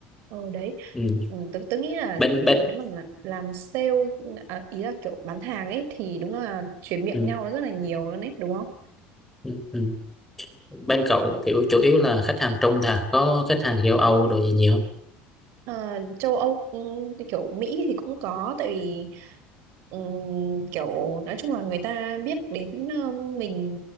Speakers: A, on the right (about 60°); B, in the centre.
A: ờ, đấy
B: ừ.
A: ừ, tớ, tớ nghĩ là
B: bên bên
A: nếu mà là- làm sale à, ý là kiểu bán hàng ấy thì đúng là chuyển miệng
B: ừ.
A: nhau nó rất là nhiều luôn đấy đúng không
B: Ừ. Ừ. bên cậu kiểu chủ yếu là khách hàng trung thà có khách hàng châu Âu rồi gì nhiều không?
A: Ờ, châu Âu ừ, thì kiểu Mỹ thì cũng có tại vì ừm, kiểu nói chung là người ta biết đến ờ, mình